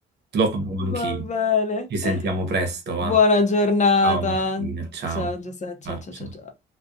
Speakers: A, on the right; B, on the left.
A: Lo farò anch'io.
B: Va bene.
A: Ci sentiamo presto, va?
B: Buona giornata.
A: Ciao Martina, ciao.
B: Ciao Giuseppe, ciao
A: Ah,
B: ciao
A: ciao.
B: ciao. ciao.